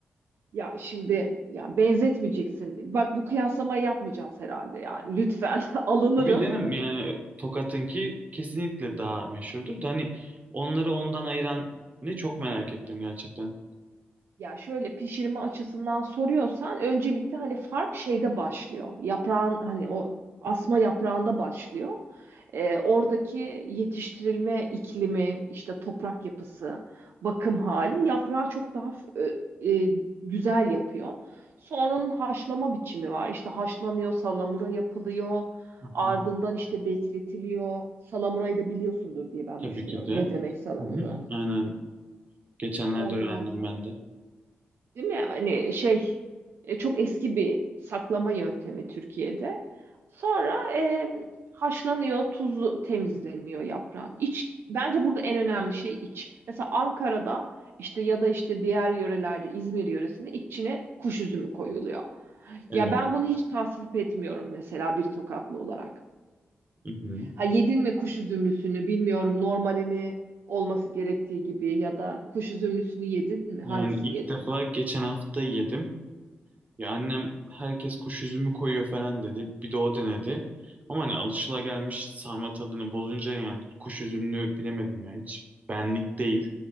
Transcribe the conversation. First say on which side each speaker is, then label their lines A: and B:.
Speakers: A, on the right; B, on the right.
A: Ya şimdi ya benzetmeyeceksin. Bak bu kıyaslamayı yapmayacağız herhalde yani. Lütfen <laughs> alınırım.
B: Tabii canım yani Tokat'ınki kesinlikle daha meşhurdur da hani onları ondan ayıran ne çok merak ettim gerçekten.
A: Ya şöyle pişirme açısından soruyorsan öncelikle hani fark şeyde başlıyor. Yaprağın hani o asma yaprağında başlıyor. Ee, oradaki yetiştirilme iklimi, işte toprak yapısı, bakım hali yaprağı çok daha f- e, e, güzel yapıyor. Sonranın haşlama biçimi var. İşte haşlanıyor, salamura yapılıyor.
B: Hı
A: Ardından
B: hı.
A: işte bekletiliyor. Salamurayı da biliyorsundur diye ben
B: Tabii
A: düşünüyorum.
B: ki de.
A: Ne demek salamura?
B: Hı hı. Aynen. Geçenlerde
A: Ondan
B: öğrendim
A: sonra.
B: ben de.
A: Değil mi? Hani şey e, çok eski bir saklama yöntemi Türkiye'de. Sonra e, haşlanıyor, tuzlu temizleniyor yaprağın. İç bence burada en önemli şey iç. Mesela Ankara'da işte ya da işte diğer yörelerde İzmir yöresinde içine kuş üzümü koyuluyor.
B: Evet.
A: Ya ben bunu hiç tasvip etmiyorum mesela bir Tokatlı olarak.
B: Mhm.
A: Ha yedin mi kuş üzümlüsünü bilmiyorum normalini olması gerektiği gibi ya da kuş üzümlüsünü yedin mi
B: Yani
A: hangisini
B: ilk
A: yedin?
B: defa geçen hafta yedim. Ya annem herkes kuş üzümü koyuyor falan dedi. Bir de o denedi. Ama hani alışılagelmiş sarma tadını bozunca yani kuş üzümünü bilemedim ya. Hiç benlik değil.